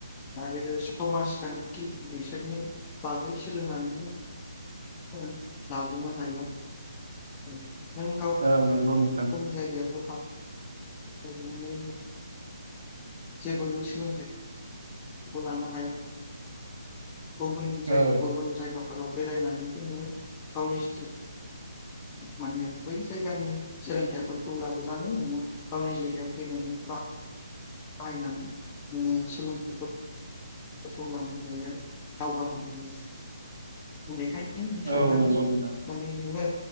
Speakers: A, on the left; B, on the right.
A: आरो लोगोसे समाजखान्थि बिसोरनि बागै सोलोंनानै जो <unintelligible> ओं नों गाव
B: औ नंगौ नों
A: खम जायगायावबो थनानै जेबो नों सोलोंथो <unintelligible> बेखौ लांनो हाजागोन <unintelligible> गुबुन
B: औ
A: गुबुन जायगाफोराव बेरायनानैथ' नोङो गावनि <unintelligible> माने बै जायगानि सोलोंथाइफोरखौ लाबोनानै नोङो गावनि जायगायाव फैनानै बा बायनानै जोंनि सोलोंथाइखौ फसंनानै होनोन दावगां <unintelligible> बेेखायनो
B: औ
A: सानबागोन
B: नंगौ नोंथां
A: <unintelligible> माने नोङो